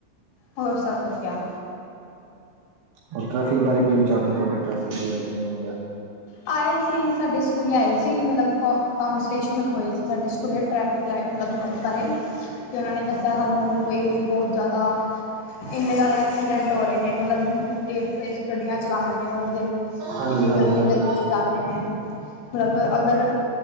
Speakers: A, on the left; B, on the right.
A: ਹੋਰ ਸਭ ਵਦੀਆ।
B: ਹੋਰ ਟ੍ਰੈਫਿਕ ਬਾਰੇ ਕੀ ਵਿਚਾਰ ਨੇ ਤੁਹਾਡੇ? ਟ੍ਰੇਫਿਕ ਦੀੜ <inaudible>
A: ਆਏ ਸੀ ਸਾਡੇ ਸਕੂਲੇ ਆਏ ਸੀ, ਮਤਲਬ ਕੌਂਸਲੇਸ਼ਨ ਹੋਈ ਸੀ ਸਾਡੇ ਸਕੂਲੇ, ਟਰੈਕ ਤੇ ਟਰੈਕ ਮਤਲਬ <inaudible>
B: ਹ <inaudible>
A: ਤੇ ਓਹਨਾਂ ਨੇ ਦੱਸਿਆ ਸਾਨੂੰ ਬਈ ਬਹੁਤ ਜਿਆਦਾ ਕਿਸ਼ਨੇ ਜਿਆਦਾ ਐਕਸੀਡੈਂਟ ਹੋ ਰਹੇ ਨੇ, ਮਤਲਬ ਤੇਜ਼-ਤੇਜ਼ ਗੱਡੀਆਂ ਚਲਾਂਦੇ ਨੇ ਬੰਦੇ।
B: ਹਾਂਜੀ
A: ਇੰਨੀ
B: ਹਾਂਜੀ
A: ਜਲਦੀ-ਜਲਦੀ
B: ਹਾਂਜੀ
A: ਚ ਜਾਂਦੇ ਨੇ ਮਤਲਬ ਅਗਰ